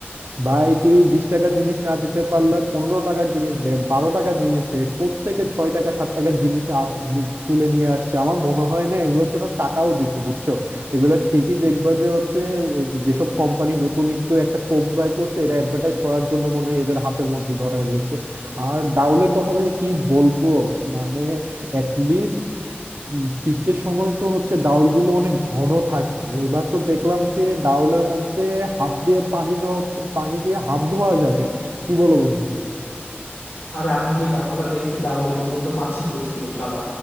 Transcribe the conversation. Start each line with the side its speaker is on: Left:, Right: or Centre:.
Right: ভাই তুই বিশ টাকার জিনিস না দিতে পারলে পনেরো টাকার জিনিস দে বারো টাকার জিনিস দে কোত্থেকে ছয় টাকা সাত টাকার জিনিস আ- তুলে নিয়ে আসছে আমার মনে হয় না এগুলোর জন্য টাকাও দিছে বুঝছো এগুলো ঠিকই দেখবা যে হচ্ছে ওই যে- যেসব কোম্পানি নতুন একটু একটা কোক বাই করছে এটা অ্যাডভার্টাইজ করার জন্য মনে হয় এদের হাতের মধ্যে ধরায় দিয়েছে আর ডাউলের কথা থেকে কি বলবো মানে লিস্ট ফিস্টের সময় তো হচ্ছে ডাউল গুলো অনেক ঘন থাকে এবার তো দেখলাম যে ডাউলের মধ্যে হাত দিয়ে পানি ধোয়া পানি দিয়ে হাত ধোয়া যাবে কি বলো বন্ধু
Left: আরে আমি যে গামলাটা দেখছি ডাউলের ওর মধ্যে তো মাছি পড়ছিল শালা